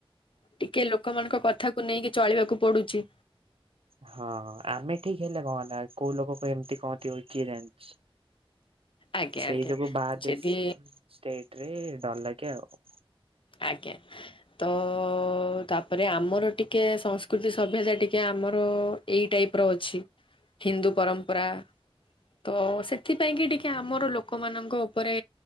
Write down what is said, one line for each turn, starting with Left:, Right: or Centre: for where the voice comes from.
Left: ଟିକେ ଲୋକମାନଙ୍କ କଥାକୁ ନେଇକି ଚଳିବାକୁ ପଡୁଛି।
Right: ହଁ ଆମେ ଠିକ ହେଲେ କଣ ହେଲା କୋଉ ଲୋକ କ ଏମିତି କଣଥିବ କି ଜାଣିଛି
Left: ଆଜ୍ଞା
Right: ସେଇତାକୁ
Left: ଆଜ୍ଞା।
Right: ବାହାର
Left: ଯଦି
Right: ଦେଶ ଷ୍ଟେଟ ରେ ଡର ଲାଗେ ଆଉ।
Left: ଆଜ୍ଞା। ତ ତାପରେ ଆମର ଟିକିଏ ସଂସ୍କୃତି ସଭ୍ୟତା ଟିକେ ଆମର ଏଇ ଟାଇପ ର ଅଛି ହିନ୍ଦୁ ପରମ୍ପରା। ତ ସେଥିପାଇଁ କି ଟିକେ ଆମର ଲୋକମାନଙ୍କ ଉପରେ।